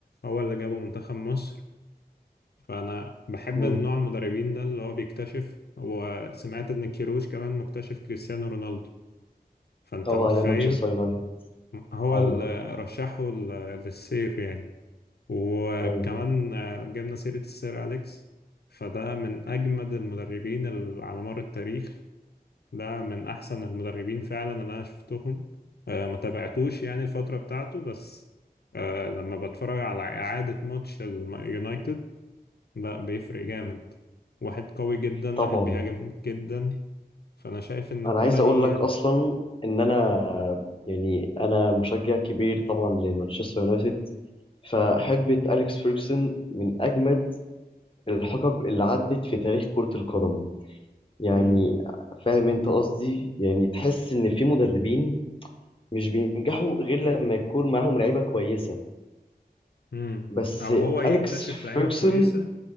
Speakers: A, on the left (about 80°); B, on the left (about 30°).
A: هو اللي جابه منتخب مصر فانا بحب
B: مم.
A: النوع المدربين ده اللي هو بيكتشف وسمعت ان كيروش كمان مكتشف كريستيانو رونالدو فانت
B: أه
A: متخيل
B: أيام مانشستر يونايتد
A: هو
B: أيوه
A: اللي رشحه للسير يعني وكمان
B: أيوه
A: آه، جبنا سيرة السير أليكس فده من أجمد المدربين ال- على مر التاريخ ده من أحسن المدربين فعلا اللي أنا شفتهم آه، ما تابعتوش يعني الفترة بتاعته بس آه، لما بتفرج على إعادة ماتش اليونايتد لا بيفرق جامد واحد قوي جدا
B: طبعا
A: واحد بيهاجم جدا فأنا شايف إن
B: انا
A: الكرة
B: عايز اقول
A: دي
B: لك
A: يلا.
B: اصلا ان انا يعني انا مشجع كبير طبعا لمانشستر يونايتد فحقبة أليكس فيرجسون من أجمد الحقب اللي عدت في تاريخ كرة القدم يعني
A: مم.
B: فاهم أنت قصدي يعني تحس إن في مدربين مش بينجحوا غير لما يكون معاهم لعيبة كويسة
A: مم.
B: بس
A: أو هو يكتشف
B: أليكس
A: لعيبة
B: فيرجسون
A: كويسة